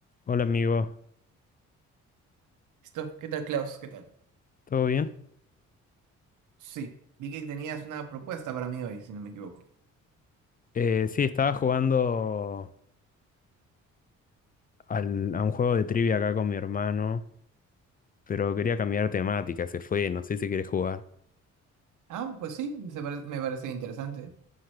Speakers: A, on the left (about 30°); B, on the right (about 80°).
A: Hola amigo,
B: Esto, ¿qué tal, Klaus? ¿Qué tal?
A: ¿todo bien?
B: Sí, vi que tenías una propuesta para mí hoy, si no me equivoco.
A: Eh, sí, estaba jugando al- a un juego de trivia acá con mi hermano, pero quería cambiar temática, se fue, no sé si quieres jugar.
B: Ah, pues sí, se pare- me parece interesante.